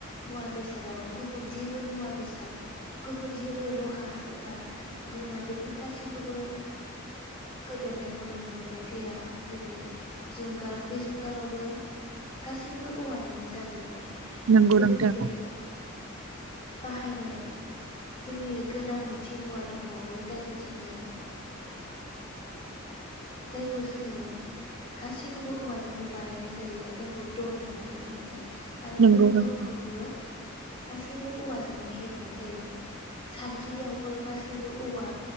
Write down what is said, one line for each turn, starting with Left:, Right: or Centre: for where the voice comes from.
Left: मुवा बेसादाव गुबुन जेबो मुवा बेसाद गुबुन जेबो लहा एबा गुना बेफोर गासैखौबो होदेरनायखौ नुनो मोननाय जाया जेरै जुंगाल बे जुंगालावबो गासैबो औवानिनो जाजोबो
Right: नोंगौ
Left: लोगोसे
Right: नोंथां
Left: बाहायनाय जोंनि गोनां मोनसे मुवा दंबावो जायखौ जोङो जायखौ जोङो मोन गासैखौबो औवाजोंनो बानायनाय जायो जायखौ दन होननानै बुङो आरो
Right: नंगौ
Left: बै
Right: नोंथां
Left: दनखौबो गासैबो औवाजोंनो हेबनाय जायो सान्द्रियावबो गासैबो औवा